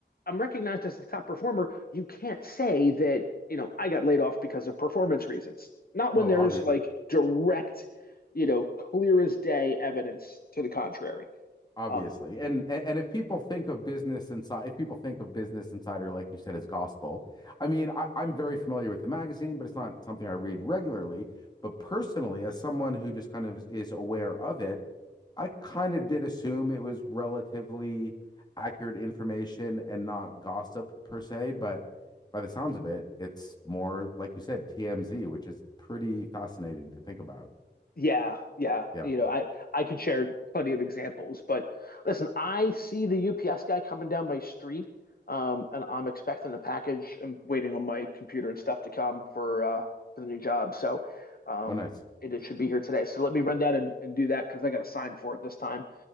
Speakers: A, on the left (about 55°); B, on the left (about 20°).
A: I'm recognized as the top performer. You can't say that, you know, I got laid off because of performance reasons. Not
B: Well,
A: when there's
B: obvious
A: like direct, you know, clear as day evidence to the contrary.
B: obviously
A: Uh,
B: and, and and if people think of business inside if people think of business insider like you said as gospel i mean I, i'm very familiar with the magazine but it's not something i read regularly but personally as someone who just kind of is aware of it i kind of did assume it was relatively accurate information and not gossip per se but by the sounds of it it's more like you said tmz which is pretty fascinating to think about
A: Yeah, yeah.
B: yeah
A: You know, I I could share plenty of examples, but listen, I see the UPS guy coming down my street, um, and I'm expecting a package. I'm waiting on my computer and stuff to come for uh for the new job. So, um,
B: oh nice
A: it, it should be here today. So let me run down and, and do that because I got a sign for it this time.